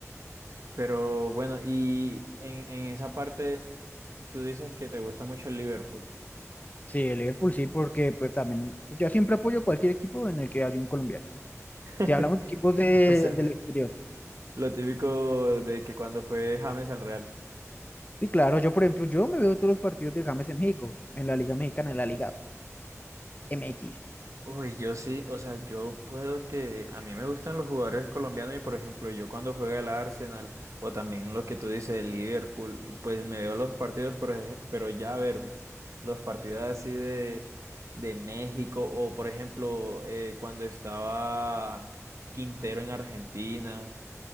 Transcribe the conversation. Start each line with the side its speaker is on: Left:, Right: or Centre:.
Right: Pero bueno, y en, en esa parte tú dices que te gusta mucho el Liverpool.
Left: Sí, el Liverpool sí, porque pues también, yo siempre apoyo cualquier equipo en el que haya un colombiano.
Right: <laughs>
Left: Si hablamos de equipos de,
Right: O sea,
Left: del exterior.
Right: lo típico de que cuando fue James al Real.
Left: Sí, claro, yo por ejemplo, yo me veo todos los partidos de James en México, en la Liga Mexicana, en la Liga MX.
Right: Uy, yo sí, o sea, yo puedo que a mí me gustan los jugadores colombianos y por ejemplo, yo cuando juega el Arsenal o también lo que tú dices, el Liverpool, pues me veo los partidos, por ej- pero ya verme los partidos así de, de México o por ejemplo, eh, cuando estaba Quintero en Argentina,